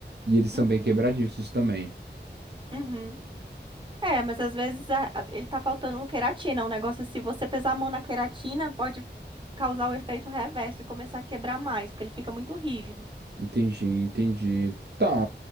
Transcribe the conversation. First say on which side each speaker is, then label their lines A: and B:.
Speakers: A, on the right (about 65°); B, on the right (about 25°).
A: E eles são
B: Uhum,
A: bem quebradiços também.
B: uhum. É, mas às vezes a- a- ele tá faltando um queratina. Um negócio é se você pesar a mão na queratina, pode causar o efeito reverso e começar a quebrar mais, porque ele fica muito rígido.
A: Entendi, entendi. Tá,